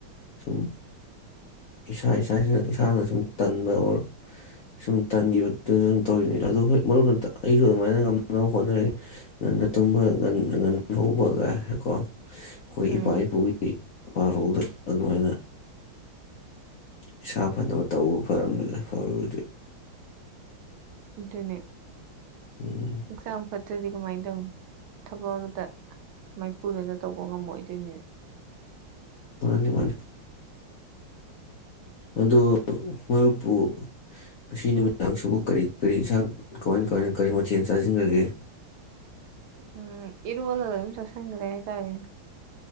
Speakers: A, on the left; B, on the right.
A: ꯁꯨꯝ ꯏꯁꯥ ꯏꯁꯥꯁꯤꯅ ꯏꯁꯥꯅ ꯁꯨꯝ ꯇꯟꯕ ꯑꯣꯔ ꯁꯨꯝ ꯇꯟꯈꯤꯕꯗꯨꯗ ꯑꯗꯨꯝ ꯇꯧꯔꯤꯅꯤ ꯑꯗꯨ ꯍꯣꯏ ꯃꯔꯨꯞꯅ ꯑꯩꯁꯨ ꯑꯗꯨꯃꯥꯏꯅ ꯉꯝꯅꯕ ꯍꯣꯠꯅꯔꯦ ꯉꯟꯅ ꯇꯨꯝꯕ ꯉꯟꯅ ꯉꯟꯅ ꯂꯧꯕꯒ ꯀꯣ ꯑꯩꯈꯣꯏ
B: ꯎꯝ
A: ꯏꯄꯥ ꯏꯄꯨꯒꯤ ꯏ ꯄꯔꯣꯗ ꯑꯗꯨꯃꯥꯏꯅ ꯏꯁꯥ ꯐꯅꯕ ꯇꯧꯕ ꯐꯔꯝꯅꯤꯅ ꯐꯗꯤ
B: ꯗꯨꯅꯦ
A: ꯎꯝ
B: ꯑꯦꯛꯖꯥꯝ ꯐꯠ ꯅꯠꯇ꯭ꯔꯗꯤ ꯀꯃꯥꯏꯅ ꯇꯧ ꯊꯕꯛ ꯑꯃꯇ ꯃꯥꯏꯄꯨꯅꯅ ꯇꯧꯕ ꯉꯝꯃꯣꯏꯗꯣꯏꯅꯤꯅ
A: ꯃꯥꯅꯤ ꯃꯥꯅꯤ ꯑꯗꯣ ꯃꯔꯨꯞꯄꯨ ꯉꯁꯤ ꯅꯨꯃꯤꯗꯥꯡꯁꯤꯕꯨ ꯀꯔꯤ ꯀꯔꯤ ꯏꯟꯁꯥꯡ ꯀꯃꯥꯏ ꯀꯃꯥꯏꯅ ꯀꯔꯤ ꯃꯊꯦꯜ ꯆꯥꯁꯤꯟꯈ꯭ꯔꯒꯦ
B: ꯎꯝ ꯏꯔꯣꯜꯂꯒ ꯑꯗꯨꯝ ꯆꯥꯁꯤꯟꯈ꯭ꯔꯦ ꯍꯥꯏꯇꯥꯔꯦ